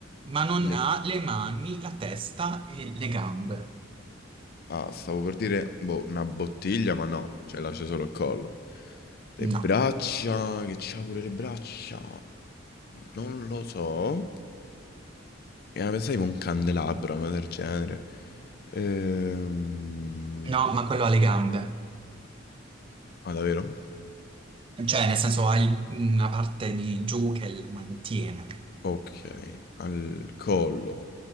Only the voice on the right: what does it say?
ma non
ha le mani, la testa e le gambe.
No,
no, ma quello ha le gambe.
Cioè, nel senso, ha il- una parte di giù che lo mantiene.